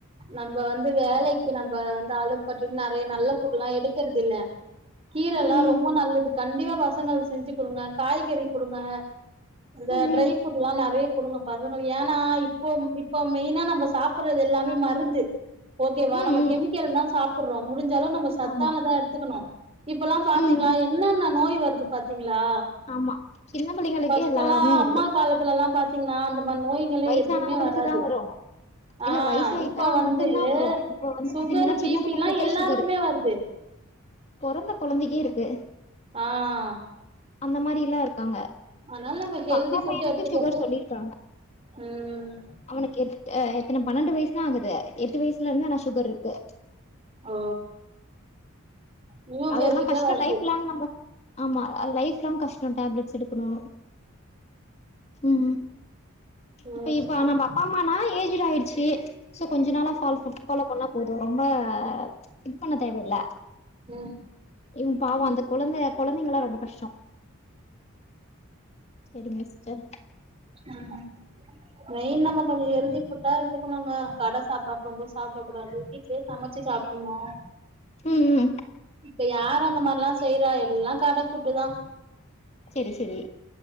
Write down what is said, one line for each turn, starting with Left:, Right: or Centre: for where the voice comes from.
Right: நம்ப வந்து வேலைக்கு நம்ம வந்து அழுக் பட்டுறும்னு நிறைய நல்ல சட்டை எல்லா எடுக்கறது இல்ல கீரை
Left: ம்
Right: எல்லா
Left: ம்
Right: ரொம்ப நல்லது கண்டிப்பா பசங்கங்களுக்கு செஞ்சு கொடுங்க காய்கறி கொடுங்க இந்த
Left: ம் ம்
Right: ட்ரைப் ஃப்ரூட் எல்லா நிறைய கொடுங்க பசங்கள் ஏன்னா இப்போ இப்போ மெயினா நம்ம சாப்படுறது எல்லாமே மருந்து ஓகே வா
Left: ம்
Right: நம்ம கெமிக்கலா
Left: ம்
Right: தா சாப்பிடுறோ முடிஞ்சா அளவு நம்ம சத்தானதா
Left: ஆமா
Right: எடுத்துக்கணு இப்ப எல்லா பாத்தீங்களா
Left: ம் ம்
Right: என்னென்ன நோய் வருது பாத்தீங்களா
Left: ஆமா சின்ன பிள்ளைங்களுக்கே
Right: பர்ஸ்ட்
Left: எல்லாமே
Right: எல்லா
Left: வருது
Right: அம்மாக் முற்காலத்துல எல்லா பாத்தீங்கன்னா அந்த மாதிரி நோய்கள்லா
Left: வயசானவங்களுக்கு
Right: எதுமே வராது
Left: தா வரு இல்ல
Right: ஆஹ்
Left: வயசாயிட்டா
Right: இப்ப வந்து
Left: மட்டுந்தா வரு இப்ப வந்து
Right: சுகர்
Left: பாத்தீங்கன்னா
Right: பிபிலா
Left: சின்ன பிள்ளைங்களுக்கே
Right: எல்லாருக்குமே
Left: சுகரு
Right: வருது
Left: பொறந்த கொழந்தைக்கே இருக்கு
Right: ஆஹ்
Left: அந்த மாதிரி எல்லா இருக்காங்க
Right: அதனால நம்ம
Left: இப்ப
Right: ஹெல்தி
Left: அக்கா
Right: ஃபுட்
Left: பையனுக்கு
Right: எடுத்துக்கறது
Left: சுகர் சொல்லிருக்காங்க
Right: ம்
Left: அவனுக்கு எத் ஆஹ் எத்தனை பன்னெண்டு வயசு தா ஆகுது எட்டு வயசுல இருந்தே ஆனா சுகர் இருக்கு
Right: ஓ நியூ
Left: அதெல்லா
Right: பேபிக்கே
Left: கஷ்டோ
Right: வருது
Left: லைஃப் லாங் நம்ம ஆமா அது லைஃலாங் கஷ்ட டேப்லெட்ஸ் எடுக்கணு ம்
Right: ம்
Left: இப்ப இப்ப நம்ம அப்பா அம்மானா ஏஜ்ட ஆயடுச்சு சோ கொஞ்ச நாளா சால்வ் பண்ண <unintelligible> போல பண்ண போது ரொம்ப இது பண்ண தேவையில்ல
Right: ம்
Left: ம் பாவம் அந்த கொழந்தை கொழந்தைங்காலா ரொம்ப கஷ்ட சேரிங்க சிஸ் ச
Right: <unintelligible> மெயின் நம்ம கொஞ்சோ ஹெல்தி ஃபுட்டா எத்துக்கணும்ங்க கட சாப்பாடுவங்கோ சாப்படக்க கூடாது அ சமச்சு சாப்படணு
Left: ம் ம்
Right: இப்ப யார அந்த மாதிரி எல்லா செய்யறா எல்லா கட ப ஃபுட்டு தா
Left: செரி செரி